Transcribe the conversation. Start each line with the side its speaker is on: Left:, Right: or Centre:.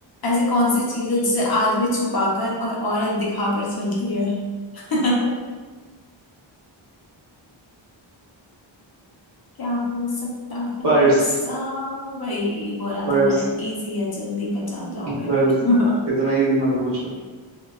Left: ऐसी कौन सी चीज है जिसे आदमी छुपाकर और औरत दिखाकर चलती है <laughs> क्या हो सकता है
Right: पर्स
Left: ऐसा वही बोला
Right: पर्स
Left: था मैंने इजी है जल्दी पहचान जाओगे <laughs>
Right: पर्स इतना इजी मत पूछो